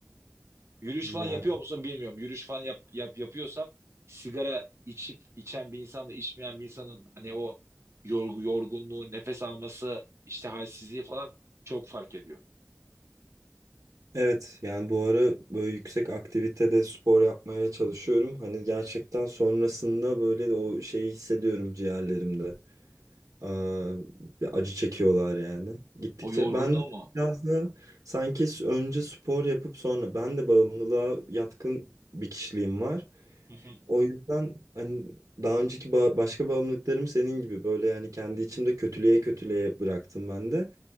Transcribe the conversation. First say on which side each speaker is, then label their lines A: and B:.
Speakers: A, on the right (about 55°); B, on the right (about 85°).
A: Yürüyüş
B: Yani
A: falan yapıyor musun bilmiyorum. Yürüyüş falan yap, yap, yapıyorsan sigara içip içen bir insanla içmeyen bir insanın hani o yorgu, yorgunluğu, nefes alması, işte halsizliği falan çok fark ediyor.
B: evet yani bu ara böyle yüksek aktivitede spor yapmaya çalışıyorum. Hani gerçekten sonrasında böyle de o şeyi hissediyorum ciğerlerimde. Aa, bir acı çekiyorlar yani. Gittikçe
A: O yorgunluğu
B: ben de
A: mu?
B: biraz da sanki s- önce spor yapıp sonra ben de bağımlılığa yatkın bir kişiliğim var.
A: <laughs>
B: O yüzden hani daha önceki ba- başka bağımlılıklarım senin gibi böyle yani kendi içimde kötülüğe kötülüğe bıraktım ben de.